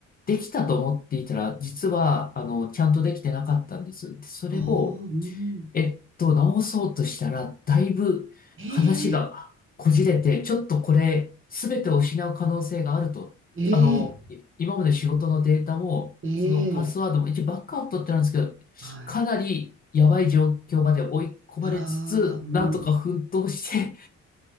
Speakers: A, on the left (about 30°); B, on the right (about 45°).
A: できたと思っていたら、実は、あの、ちゃんとできてなかったんです。で、それを、
B: ああ、うん、
A: えっと、直そうとしたら、だいぶ話がこじれて、
B: え
A: ちょっとこれ、すべてを失う可能性があると。
B: ええ
A: あの、い今まで仕事のデータも、
B: え
A: そのパスワードも、一応バックアウトってなんですけど、
B: はい、
A: かなりやばい状況まで追い込まれつつ、
B: あらー、うん、
A: なんとか奮闘して、